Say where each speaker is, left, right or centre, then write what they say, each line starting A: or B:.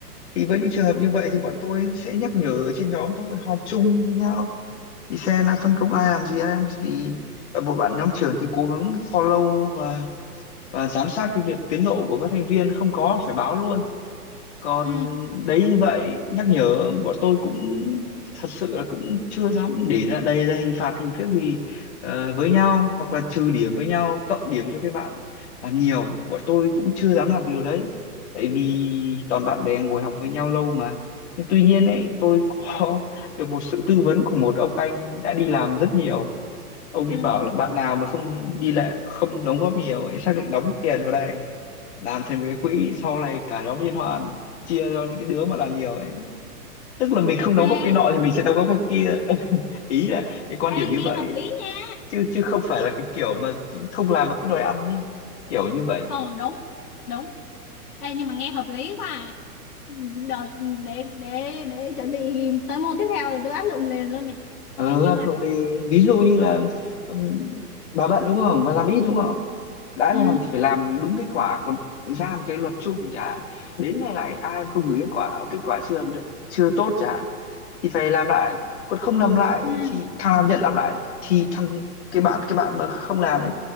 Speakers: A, on the left (about 45°); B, on the left (about 70°).
A: thì với những trường hợp như vậy thì bọn tôi sẽ nhắc nhở ở trên nhóm thôi họp chung với nhau thì xem là phân công ai làm gì ai làm gì và một bạn nhóm trưởng thì cố gắng follow và và giám sát cái việc tiến độ của các thành viên không có phải báo luôn còn
B: Ừ.
A: đấy như vậy nhắc nhở bọn tôi cũng thật sự là cũng chưa dám để ra đây ra hình phạt hình thức gì ờ, với nhau hoặc là trừ điểm với nhau cộng điểm cho các bạn làm nhiều bọn tôi cũng chưa dám làm điều đấy tại vì toàn bạn bè ngồi học với nhau lâu mà nhưng tuy nhiên ấy tôi có <laughs> được một sự tư vấn của một ông anh đã đi làm rất nhiều ông ấy
B: Ừ.
A: bảo
B: Ừ.
A: là bạn nào mà không đi lại không đóng góp nhiều ấy xác định đóng tiền vào đây làm thành một cái quỹ sau này cả nhóm liên hoan chia cho những cái đứa mà làm nhiều ấy tức là mình không đóng góp
B: Ê,
A: cái nọ thì mình sẽ đóng góp cái kia <laughs> ý là cái quan điểm
B: ê
A: như
B: nghe
A: vậy
B: hợp lý nha
A: chứ chứ không phải là cái kiểu mà không làm mà cứ đòi ăn đi kiểu như vậy
B: ờ đúng đúng ê nhưng mà nghe hợp lý quá à đợt để để để chuẩn bị tới môn tiếp theo là tôi áp dụng liền luôn này
A: ờ
B: ê, nhưng
A: ăn
B: mà
A: trộm đi ví dụ như là ừm, bà bận đúng không mà làm ít đúng không đã
B: ừ,
A: làm thì phải làm đúng kết quả còn ra một cái luật chung chẳng hạn đến ngày này ai mà không gửi kết quả kết quả chưa làm đ- chưa tốt chẳng hạn thì phải làm lại còn không làm lại
B: ừ,
A: thì thằng làm nhận làm lại thì thằng cái bạn cái bạn mà không làm ấy